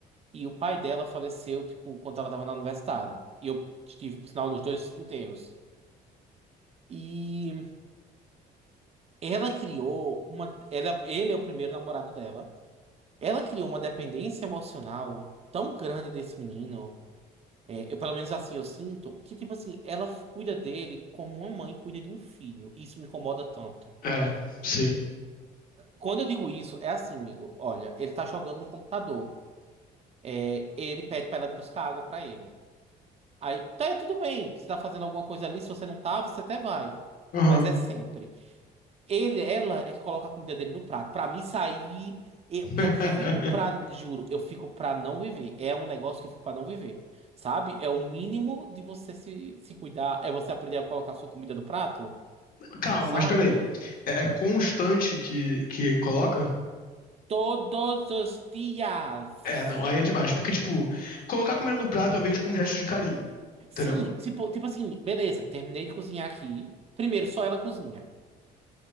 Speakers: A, on the right; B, on the left.
A: E o pai dela faleceu, tipo, quando ela estava na universidade. E eu estive, por sinal, nos dois enterros. E ela criou uma. Ela, ele é o primeiro namorado dela. Ela criou uma dependência emocional tão grande desse menino. É, eu, pelo menos assim, eu sinto que, tipo assim, ela cuida dele como uma mãe cuida de um filho. E Isso me incomoda tanto.
B: É, sim.
A: Quando eu digo isso, é assim, amigo. Olha, ele tá jogando no computador. É, ele pede pra ela buscar água pra ele. Aí, tá, tudo bem. Você tá fazendo alguma coisa ali, se você não tava, você até vai.
B: Aham.
A: Mas é sempre. Ele, ela é que coloca a comida dele no prato. Pra mim sair, eu,
B: <laughs>
A: eu fico pra, juro, eu fico pra não viver. É um negócio que eu fico pra não viver, sabe? É o mínimo de você se, se cuidar, é você aprender a colocar a sua comida no prato,
B: Calma,
A: sabe?
B: mas peraí. É, é constante que, que coloca?
A: Todos os dias.
B: É, não, aí é demais. Porque, tipo, colocar comida no prato eu vejo como gesto de carinho.
A: Sim,
B: Entendeu?
A: tipo, tipo assim, beleza, terminei de cozinhar aqui. Primeiro, só ela cozinha.